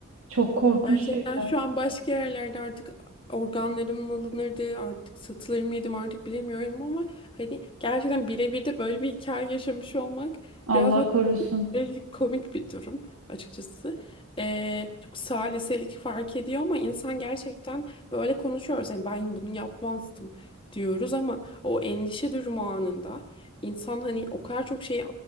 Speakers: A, on the right; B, on the left.
A: Çok korkunç
B: Gerçekten
A: şeyler.
B: şu an başka yerlerde artık organlarım mı alınırdı, artık satılır mıydım artık bilemiyorum ama hani gerçekten birebir de böyle bir hikaye yaşamış olmak
A: Allah
B: biraz bak
A: korusun.
B: komik komik bir durum açıkçası. Ee, çok saliselik fark ediyor ama insan gerçekten böyle konuşuyoruz. Yani ben bunu yapmazdım diyoruz ama o endişe durumu anında insan hani o kadar çok şey